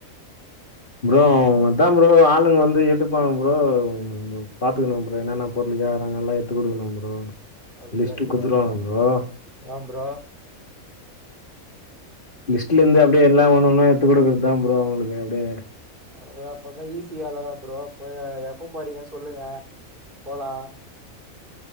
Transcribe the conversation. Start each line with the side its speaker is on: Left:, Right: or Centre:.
Left: ப்ரோ அத்தா ப்ரோ ஆளுங்க வந்து எடுப்பாங்க ப்ரோ‌ நம்ப பாத்துக்குனு ப்ரோ என்னென பொருளு வியாரங்கல்லா எத்து குடுக்கனு ப்ரோ
Right: அப்டியா
Left: லிஸ்ட்
Right: ப்ரோ
Left: குத்துருவாங்க ப்ரோ
Right: ஆ ப்ரோ
Left: லிஸ்ட்லந்து அப்டியே எல்லா ஒன்னொன்னா எத்துக் குடுக்கறதா ப்ரோ அவுங்களுக்கு அப்டியே
Right: அதா அப்பன்னா ஈஸி வேலதா ப்ரோ உப்பயே எப்ப போறீங்க சொல்லுங்க போலா